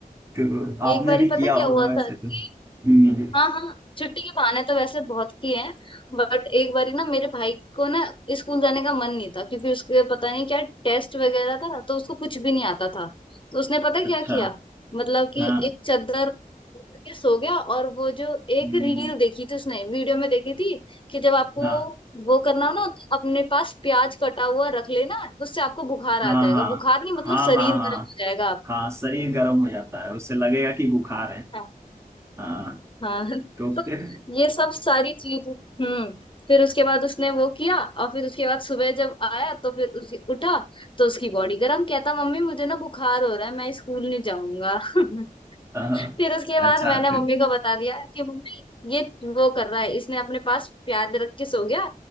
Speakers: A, on the right (about 20°); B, on the left (about 35°).
A: तो आपने
B: एक बार
A: भी
B: ही पता
A: किया
B: क्या
A: होगा
B: हुआ
A: वैसे
B: था कि
A: तो हम्म,
B: हाँ हाँ छुट्टी के बहाने तो वैसे बहुत किए हैं बट एक बारी ना मेरे भाई को ना स्कूल जाने का मन नहीं था क्योंकि उसके पता नहीं क्या टेस्ट वगैरह था तो उसको कुछ भी नहीं आता था तो उसने पता
A: अच्छा
B: क्या किया मतलब कि
A: हाँ
B: एक चादर ओढ़ के सो गया और वो जो एक
A: हाँ
B: रील देखी थी उसने वीडियो में देखी थी कि जब आपको
A: हाँ
B: वो करना हो ना तो अपने पास प्याज कटा हुआ रख लेना उससे आपको बुखार आ
A: हाँ
B: जाएगा
A: हाँ
B: बुखार नहीं मतलब शरीर
A: हाँ हाँ
B: गर्म हो जाएगा आप
A: हाँ शरीर गर्म हो जाता है उससे लगेगा कि बुखार है
B: हाँ
A: हाँ
B: हाँ <laughs>
A: तो
B: तो
A: फिर
B: ये सब सारी चीज हम्म फिर उसके बाद उसने वो किया और फिर उसके बाद सुबह जब आया तो फिर उस उठा तो उसकी बॉडी गर्म कहता मम्मी मुझे ना बुखार हो रहा है मैं स्कूल नहीं जाऊंगा <laughs>
A: हाँ,
B: फिर उसके बाद
A: अच्छा
B: मैंने
A: तो-
B: मम्मी को बता दिया कि मम्मी ये वो कर रहा है इसने अपने पास प्याज रख के सो गया